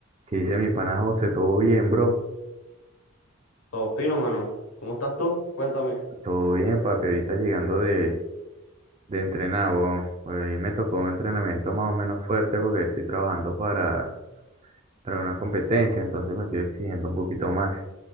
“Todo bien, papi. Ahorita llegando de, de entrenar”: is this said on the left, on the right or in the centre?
Right